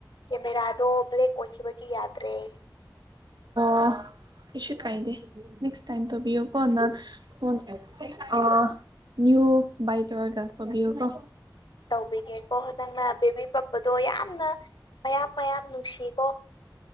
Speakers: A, on the left; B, on the right.
A: ꯀꯦꯃꯦꯔꯥꯗꯣ ꯕ꯭ꯂꯦꯛ ꯑꯣꯏꯈꯤꯕ ꯌꯥꯗ꯭ꯔꯦ
B: ꯑ ꯏꯁꯨ ꯀꯥꯏꯗꯦ ꯅꯦꯛꯁ ꯇꯥꯏꯝ ꯇꯧꯕꯤꯌꯣ ꯀ ꯐꯣꯟ ꯑ ꯅꯎ ꯥꯏ ꯇꯔꯒ ꯇꯕ ꯌꯒꯣ
A: ꯇꯧꯕꯤꯒꯦꯀꯣ ꯅꯪꯅ ꯕꯦꯕꯤ ꯄꯝꯕꯗꯣ ꯌꯥꯝꯅ ꯃꯌꯥꯝ ꯃꯌꯥꯝ ꯅꯨꯡꯁꯤꯀꯣ